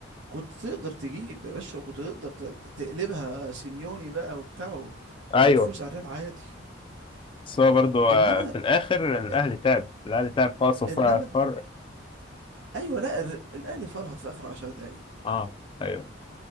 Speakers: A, on the right; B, on the left.
A: كنت تقدر تجيب يا باشا وكنت تقدر ت... ت- تقلبها سيميوني بقى وبتاعه
B: ايوه
A: وتفوز على الريال عادي
B: بس هو برضه
A: انما
B: آه، في الاخر الاهلي
A: إن-
B: تعب الاهلي تعب خالص وفرق
A: انما
B: فرق
A: ايوه لا الر- الاهلي فرهط في اخر 10 دقايق
B: اه ايوه